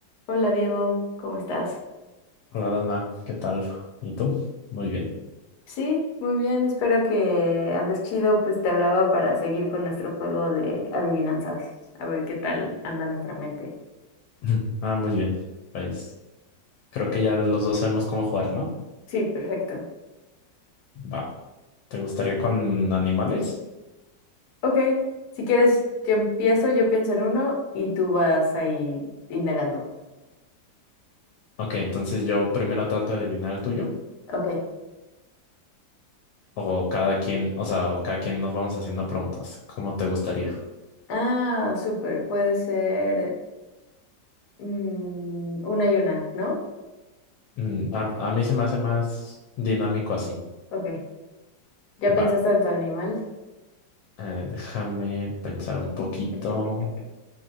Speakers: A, on the left (about 65°); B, on the left (about 85°).
A: Hola Diego, ¿cómo estás?
B: Hola Dana, ¿qué tal? ¿Y tú? Muy bien.
A: Sí, muy bien, espero que andes chido, pues te hablaba para seguir con nuestro juego de adivinanzas, a ver qué tal anda nuestra mente.
B: <laughs> Ah, muy bien. Pues creo que ya los dos sabemos cómo jugar, ¿no?
A: Sí, perfecto.
B: Va. ¿Te gustaría con animales?
A: Ok, si quieres, yo empiezo, yo pienso en uno y tú vas ahí indagando.
B: Ok, entonces yo primero trato de adivinar el tuyo.
A: Ok.
B: O cada quien, o sea, o cada quien nos vamos haciendo preguntas. ¿Cómo te gustaría?
A: Ah, súper, puede ser mm, una y una, ¿no?
B: Mm, a, a mí se me hace más dinámico así.
A: Ok, ¿ya pensaste
B: Va.
A: en tu animal?
B: Eh, déjame pensar un poquito.
A: <laughs>